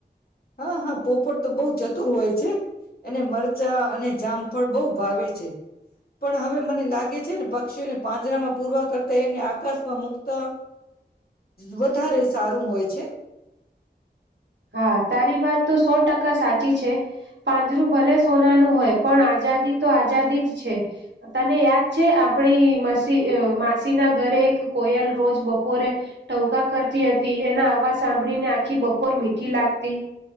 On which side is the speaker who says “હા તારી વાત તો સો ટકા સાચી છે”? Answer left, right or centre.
Right